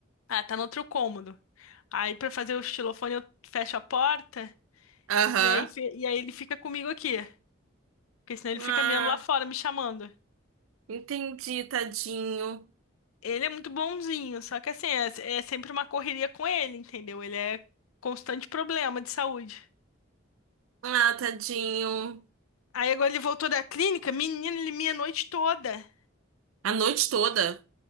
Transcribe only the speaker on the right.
Aham.
Ah,
entendi, tadinho.
Ah, tadinho.
A noite toda.